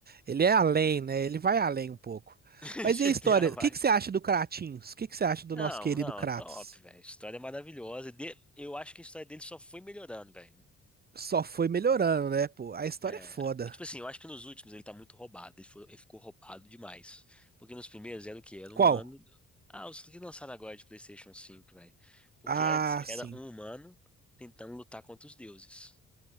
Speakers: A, on the right; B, in the centre.
A: Ele é além, né? Ele vai além um pouco.
B: GTA
A: Mas e a história?
B: <laughs> vai.
A: O que que você acha do Kratinhos? O que que você acha do
B: Não,
A: nosso querido
B: não,
A: Kratos?
B: top, velho. História maravilhosa. De- Eu acho que a história dele só foi melhorando, velho.
A: Só foi melhorando, né, pô? A história
B: É,
A: é foda.
B: mas, tipo assim, eu acho que nos últimos ele tá muito roubado. Ele foi- ele ficou, roubado demais. Porque nos primeiros era o quê? Era um
A: Qual?
B: humano. Ah, os que lançaram agora de PlayStation cinco velho. Porque
A: Ah,
B: antes era
A: sim.
B: um humano tentando lutar contra os deuses.